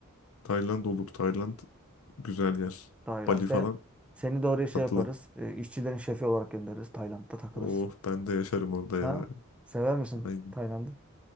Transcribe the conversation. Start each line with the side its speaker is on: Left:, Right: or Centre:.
Left: Tayland olur. Tayland güzel yer.
Centre: Tayland.
Left: Bali falan
Centre: Seni, seni de oraya şey
Left: tatlı.
Centre: yaparız. e, işçilerin şefi olarak göndeririz. Tayland'da takılırsın.
Left: Oh ben de yaşarım orada ya.
Centre: Ha? Sever misin
Left: Aynen.
Centre: Tayland'ı?